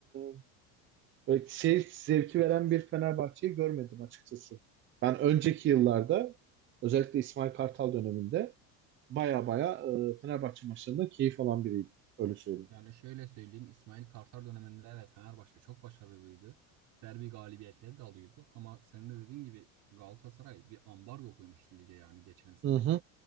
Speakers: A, on the right (about 30°); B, on the right (about 45°).
A: e, böyle seyir zevki veren bir Fenerbahçe'yi görmedim açıkçası. Ben önceki yıllarda özellikle İsmail Kartal döneminde baya baya e, Fenerbahçe maçlarında keyif alan biriydi. Öyle söyleyeyim.
B: Yani şöyle söyleyeyim İsmail Kartal döneminde evet Fenerbahçe çok başarılıydı. Derbi galibiyetleri de alıyordu ama senin de dediğin gibi Galatasaray bir ambargo koymuştu lige yani geçen sene.
A: Hı hı,